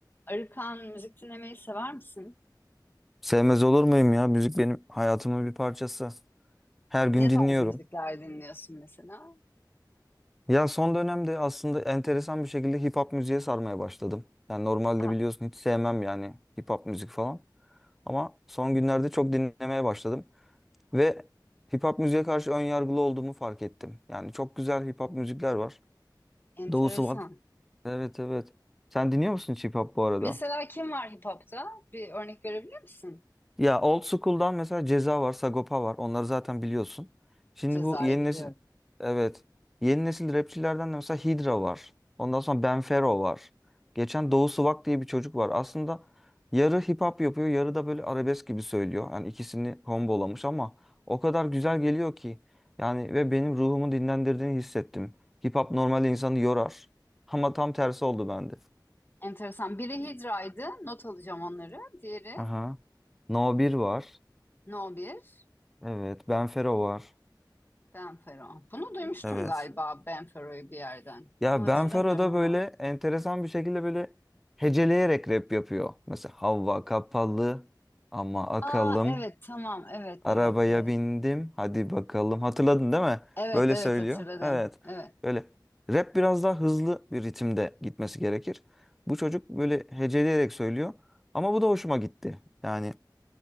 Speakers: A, on the left (about 30°); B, in the centre.
A: Arıkan müzik dinlemeyi sever misin?
B: Sevmez olur muyum ya? Müzik benim hayatımın bir parçası. Her gün
A: Ne
B: dinliyorum.
A: tarz müzikler dinliyorsun mesela?
B: Ya son dönemde aslında enteresan bir şekilde hip hop müziğe sarmaya başladım. Yani normalde
A: Ah,
B: biliyorsun hiç sevmem yani hip hop müzik falan. Ama son günlerde çok dinlemeye başladım. Ve hip hop müziğe karşı ön yargılı olduğumu fark ettim. Yani çok güzel hip hop müzikler var.
A: enteresan.
B: Doğusu var. Evet evet. Sen dinliyor musun hiç hip hop bu arada?
A: Mesela kim var hip hop'ta? Bir örnek verebilir misin?
B: Ya old school'dan mesela Ceza var, Sagopa var. Onları zaten biliyorsun. Şimdi
A: Ceza'yı
B: bu yeni
A: biliyorum.
B: nesil evet. Yeni nesil rapçilerden de mesela Hydra var. Ondan sonra Benfero var. Geçen Doğu Sıvak diye bir çocuk var. Aslında yarı hip hop yapıyor, yarı da böyle arabesk gibi söylüyor. Yani ikisini kombolamış ama o kadar güzel geliyor ki. Yani ve benim ruhumu dinlendirdiğini hissettim. Hip hop normal insanı yorar. <laughs> Ama tam tersi oldu bende.
A: Enteresan. Biri Hidra'ydı. Not alacağım onları. Diğeri
B: Aha. No 1 var.
A: No 1,
B: Evet. Benfero var.
A: Benfero. Bunu duymuştum
B: Evet.
A: galiba Benfero'yu bir yerden.
B: Ya
A: Tam hatırlamıyorum
B: Benfero'da
A: ama.
B: böyle enteresan bir şekilde böyle heceleyerek rap yapıyor. Mesela hava kapalı ama akalım.
A: Aa evet tamam evet evet
B: Arabaya
A: evet.
B: bindim hadi bakalım. Hatırladın değil mi?
A: Evet
B: Böyle
A: evet
B: söylüyor.
A: hatırladım.
B: Evet.
A: Evet
B: Böyle rap biraz daha hızlı bir ritimde gitmesi gerekir. Bu çocuk böyle heceleyerek söylüyor. Ama bu da hoşuma gitti. Yani